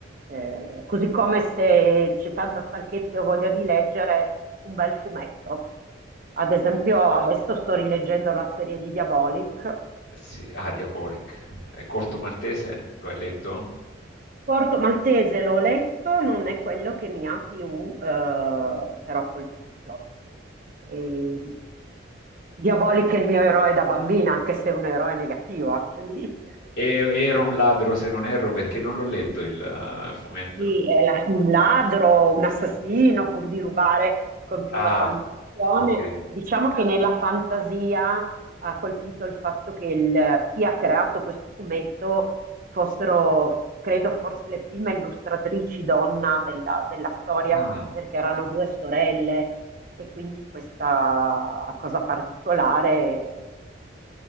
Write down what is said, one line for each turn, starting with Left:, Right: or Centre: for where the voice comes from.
Right: eh, così come se c'è tanta stanchezza e ho voglia di leggere un bel fumetto. Ad esempio, adesso sto rileggendo la serie di Diabolic
Left: Sì. Ah, Diabolic. Eh, Corto Maltese, lo hai letto?
Right: Porto Maltese l'ho letto, non è quello che mi ha più eh, però colpito. E... Diabolic è il mio eroe da bambina, anche se è un eroe negativo, anche lì.
Left: E- era un ladro, se non erro, perché non l'ho letto il eh, fumetto.
Right: Sì, è la- un ladro, un assassino, pur di rubare, colpiva
Left: Ah,
Right: qualunque azione.
Left: ok.
Right: Diciamo che nella fantasia ha colpito il fatto che il- chi ha creato questo fumetto fossero, credo, forse le prime illustratrici donna della, della storia,
Left: Ah,
Right: perché erano due sorelle e quindi questa cosa particolare